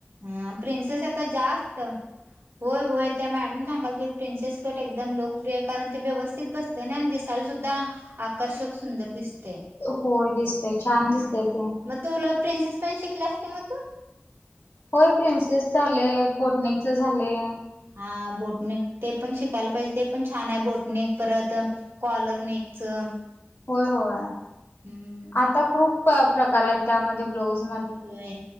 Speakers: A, on the right (about 85°); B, on the left (about 80°).
A: हा प्रिन्सेस आता जास्त होय होय. त्या मॅडम सांगाल क प्रिनसेस कट एकदम लोकप्रिय कारण ते व्यवस्थित बसते ना दिसायला सुद्धा. आकर्षक सुंदर दिसते.
B: होय दिसतय छान
A: हा
B: दिसतय ते.
A: मग तुला प्रिनसिस पण शिकलास का मग तू?
B: होय प्रिन्सेस झाले बोटनिकच झाले.
A: हा बोटनिक ते पण शिकायला पाहिजे ते पण छान आहे बोटनिक परत कॉलर नेकचं
B: होय होय
A: हम्म
B: आता खूप प्रकार आहेत त्यामध्ये ब्लाउज
A: हो व्हय